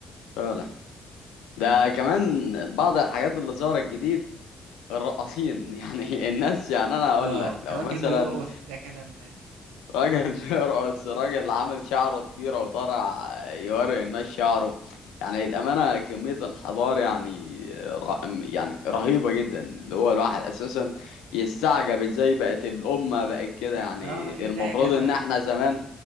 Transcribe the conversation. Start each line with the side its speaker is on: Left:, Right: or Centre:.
Left: فعلا ده
Right: اه
Left: كمان بعض الحاجات اللي ظهرت جديد الرقاصين <laughs> يعني الناس يعني أنا هقول
Right: آه،
Left: لك لو
Right: راجل
Left: مثلا
Right: بيرقص ده كلام ده
Left: راجل بيرقص راجل عامل شعره ضفيرة وطالع يوري الناس شعره يعني الأمانة كمية انحدار يعني ر- يعني رهيبة جدا اللي هو الواحد أساسا يستعجب ازاي بقت الأمة بقت كده يعني
Right: اه ايه
Left: المفروض
Right: ده يا جدع
Left: إن احنا زمان